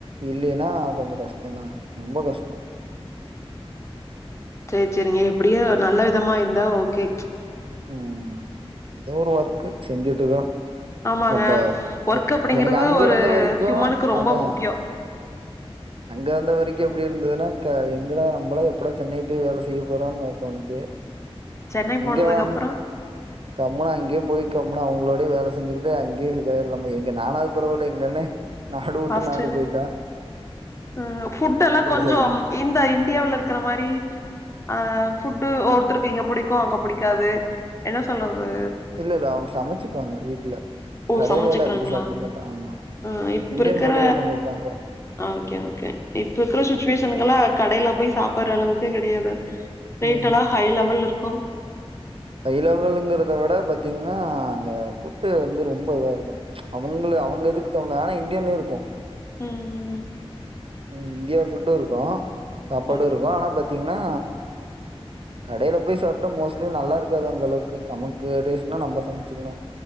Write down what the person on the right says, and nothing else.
இல்லைன்னா கொஞ்சம் கஷ்டந்தான் ரொம்ப கஷ்டம்
ம் எதோ ஒரு ஒர்க்கு செஞ்சுட்டுருக்றோ
பட்
எ
எனக்கு அங்க
இருந்த வரைக்கு
அதா
அங்க இந்த வரைக்கு எப்டி இருந்துதுன்னா க எங்கடா நம்மளா எப்படா சென்னை போய் வேல செய்ய போறோன்னு தோணுச்சு
இங்க
வந்து கம்முனு அங்கே போய் கம்முனு அவங்களோடே வேல செஞ்சுக்ட்டு அங்கயே இருந்தர்லாமோ எங்க நானாவ்து பரவால எங்கண்ண நாடு உட்டு
நாடு போய்டா
சரி
இல்லல்ல அவங்க சமைச்சுப்பாங்க வீட்ல
கடைலல்லா
அதிகோ சாப்ட மாட்டோங் ஆமா
இந்தியன்
ஃபுட்டு தா சமைப்பாங்க
ம்ஹ்ம்.
ஹை லெவலுங்கிறத விட பாத்தீங்ன்னா அங்க ஃபுட்டு வந்து ரொம்ப இதா இருக்கு அவங்கள அவங்க இதுக்கு தகுந்த ஆனா இந்தியனு இருக்கு
ம் இந்தியா ஃபுட்டு இருக்கு சாப்பாடு
இருக்கு ஆனா பாத்தீங்ன்னா கடைல போய் சாப்ட்டா மோஸ்ட்லி நல்லா இருக்காது அந்த அளவுக்கு நமக்கு டேஸ்னா நம்ம சமச்சிக்கனு சமைச்சுக்கணும்